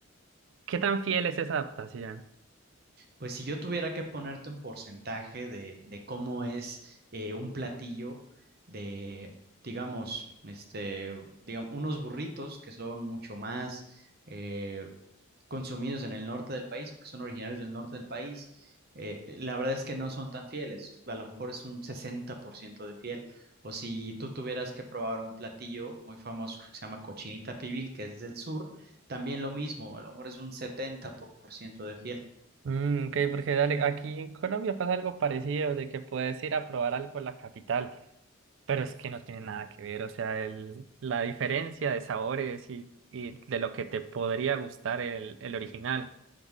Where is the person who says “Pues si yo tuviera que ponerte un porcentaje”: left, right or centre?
Right